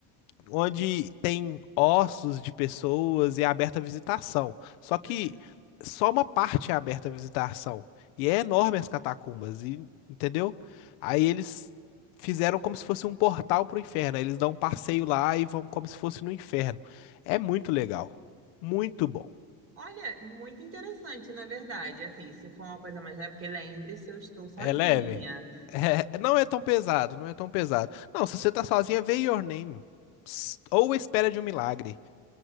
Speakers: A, on the left; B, on the right.
A: onde tem ossos de pessoas e é aberta a visitação. Só que
B: Uhum.
A: só uma parte é aberta à visitação. E é enorme as catacumbas, e- entendeu? Aí eles fizeram como se fosse um portal pro inferno. Aí Eles dão um passeio lá e vão como se fosse no inferno. É muito legal. Muito bom.
B: Olha, muito interessante, na verdade. Assim, se for uma coisa mais leve, porque lembre-se, eu estou sozinha.
A: É leve. É, é, não é tão pesado, não é tão pesado. Não, se você tá sozinha, vê Your Name. Ps- Ou Espera de um Milagre.